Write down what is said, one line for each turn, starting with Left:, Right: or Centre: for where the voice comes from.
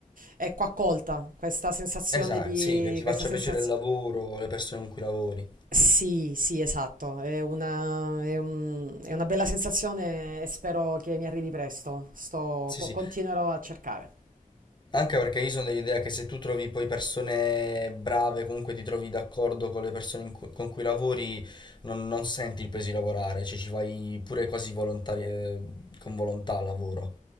Right: ecco, accolta, questa sensazione
Left: Esatto,
Right: di,
Left: sì, che ti faccia
Right: questa sensazione,
Left: piacere il lavoro, le persone con cui lavori.
Right: sì, sì, esatto, è una, è un- è una bella sensazione e spero che mi arrivi presto, sto,
Left: Sì,
Right: co-
Left: sì.
Right: continuerò a cercare.
Left: Anche perché io sono dell'idea che se tu trovi poi persone brave, comunque ti trovi d'accordo con le persone in cui- con cui lavori, non, non senti il peso di lavorare, cioè ci fai pure quasi volontari- eh, con volontà al lavoro.